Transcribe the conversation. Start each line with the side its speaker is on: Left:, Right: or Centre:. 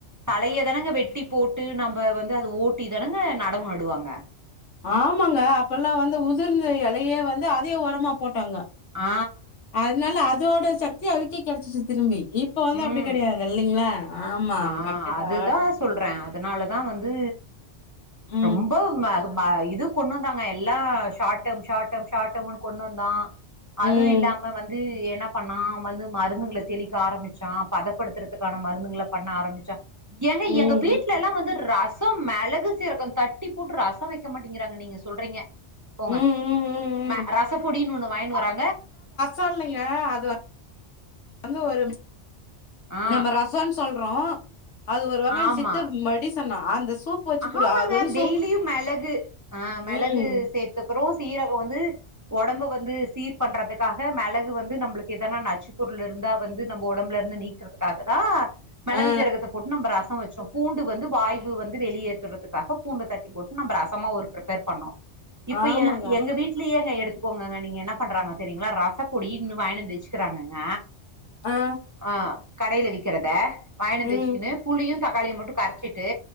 Right: தலையதானங்க வெட்டி போட்டு நம்ம வந்து அத ஓட்டி தானங்க நடவு நடுவாங்க
Left: ஆமாங்க அப்பல்லா வந்து உதிர்ந்த இலையே வந்து அதே ஒரமா போட்டாங்க
Right: ஆ
Left: அதனால அதோட சக்தி அதுக்கே கெடைச்சிச்சு திரும்பி இப்ப வந்து அப்டி
Right: ம்
Left: கெடையாது இல்லைங்களா ஆமா
Right: ஆ
Left: கண்டிப்பா
Right: அதுதா சொல்றே அதுனாலதா வந்து
Left: ம்
Right: ரொம்ப மா ம இது கொண்டு வந்தாங்க எல்லா ஷர்ட்ம் ஷா்டம் ஷா்டம்னு கொண்டு வந்தா
Left: ம்
Right: அது இல்லாம வந்து என்ன பண்ணா வந்து மருந்துங்களை தெளிக்க ஆரம்பிச்சா பதப்படுத்துறதுக்கான மருந்துங்கள பண்ண ஆரம்பிச்சா எங்க
Left: ம்
Right: எங்க வீடல எல்லா வந்து ராச ம் மிளகு சீரகம் தட்டி போட்டு ரசம் மாட்டேங்கிறாங்க நீங்க சொல்றீங்க போங்க
Left: ம் ம் ம்
Right: மே
Left: ம்
Right: ரச பொடினு ஒண்ணு வராங்க
Left: சொல்லுங்க அது வ ந்து ஒரு
Right: ஆ
Left: நம்ம ரசோனு சொல்றோ அது ஒரு வகையான்ன
Right: ஆமா
Left: சித்த மடி ன்னா அந்த சூப் வச்சு குடி
Right: ஆமாங்க
Left: அது வந்து சூப்
Right: டெய்லியு மிளகு ஆ
Left: ம்
Right: மிளகு சேத்துக்கறோ சீரகம் வந்து உடம்பு வந்து சீர் பண்றதுக்காக மிளகு வந்து நம்மளுக்கு எதன நச்சு பொருள் இருந்தா வந்து நம்ம உடம்புல இருந்து நீக்குறதுக்காகதா மிளகு
Left: ஆ
Right: சீரகத்தை போட்டு நம்ம ரசோ வச்சோ பூண்டு வந்து வாய்வு வந்து து வெளியேற்றுறதுக்காக பூண்டு தட்டி போட்டு நம்ம ரசமா ஒரு பிபேர் பண்ணோ இப்ப
Left: ஆமாங்க
Right: எ எங்க வீடலயே எங்க எடுத்துக்கோங்கங்க நீங்க என்ன பண்றாங்க தெரிங்களா ரசப்பொடி இன்னு வாங்கினுந்து வச்சுக்கறாங்கங்க
Left: ஆ
Right: ஆ கடையில விக்கிறத வாங்கினந்து
Left: ம்
Right: வச்சுக்கனு புளி யு தக்காளியு மட்டு கரச்சிட்டு